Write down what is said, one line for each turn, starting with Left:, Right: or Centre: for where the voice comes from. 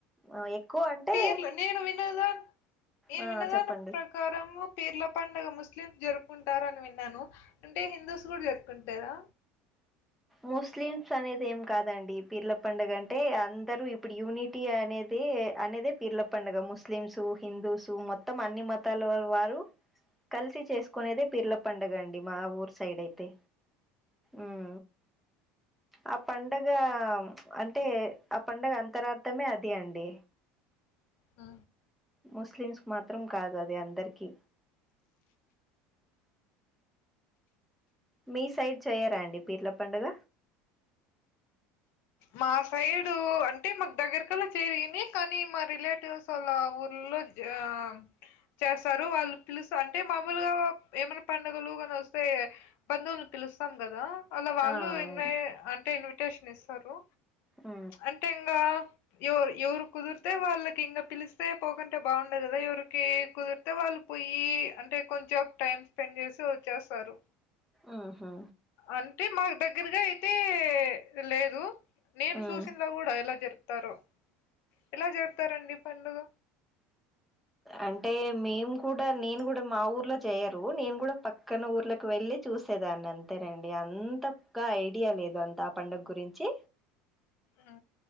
Centre: అ ఎక్కువ అంటే
Left: పీర్లు నేను విన్నదా నేను
Centre: ఆ
Left: విన్నదా
Centre: చెప్పండి
Left: ప్ర కారము పీర్ల పండగ ముస్లిం జరుపుకుంటారు అని విన్నాను అంటే హిందూస్ కూడా జరుపుకుంటారా
Centre: ముస్లిమ్స్ అనేది ఏం కాదండి పిర్ల పండగ అంటే అందరు ఇప్పుడు యూనిట్ టి అనేదే అనేదే పీర్ల పండగ ముస్లిమ్స్ హిందూస్ మొత్తం అన్ని మత మతాల వారు కలిసి చేసుకునేదే పిర్ల పండగ అండి మా ఊరు సైడ్ అయితే ఉ ఉ ఆ పండగ అంటే ఆ పండగ అంతరార్ధమే అది అండి
Left: ఉ
Centre: ముస్లిమ్స్ మాత్రం కాదు అది అందరికి మీ సైడ్ చేయ్యరా అండి పీర్ల పండగ
Left: మా సైడు అంటే మాకు దగ్గరకలా చెయ్యరు కానీ మా రిలేటివ్స్ చాల ఊర్లోలో <unintelligible> చేస్తారు వాళ్ళు పిలుస్త అంటే మామూలుగా ఏమైనా పండుగలు కానీ వస్తే బంధువులు పిలుస్తాం కదా అలా వాళ్ళు
Centre: ఆ అవును
Left: ఇన్వై అంటే ఇన్విటేషన్ ఇస్తారు
Centre: ఉ
Left: అంటే ఇంకా ఎవ ఎవరు కుదిరితే వాళ్ళకి ఇంకా పిలిస్తే పోకుంటే బాగుండదు కదా ఎవరు కే కుదిరితే వాళ్ళు పోయి అంటే కొంచెం టైమ్ స్పెండ్ చేసి వచ్చేస్తారు
Centre: ఉహు
Left: అంటే మాకు దగ్గరగా అయితే లేరు నేను
Centre: ఉమ్
Left: చూసిండ కూడా ఎలా జరుపుతారో ఎలా జరుపుతారండి ఈ పండుగ
Centre: అంటే మేము కూడా నేను కూడా మా ఊర్లో చేయరు నేను కూడా పక్కన ఊర్లో కు వెళ్ళి చూసేదాన్ని అంతేనండి అంత గా ఐడియా లేదు అంత ఆ పండుగ గురించి
Left: ఉ